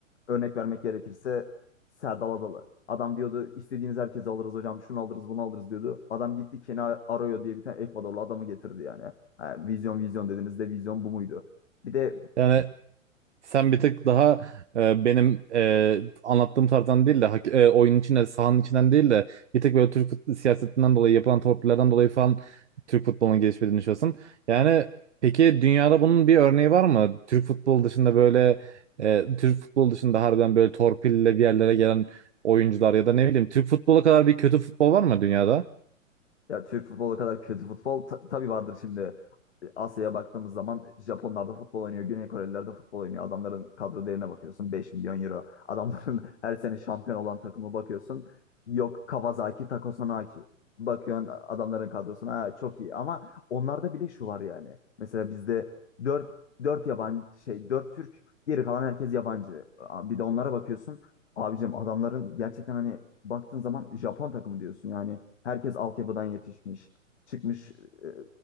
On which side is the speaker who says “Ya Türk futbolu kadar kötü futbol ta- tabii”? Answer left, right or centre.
Left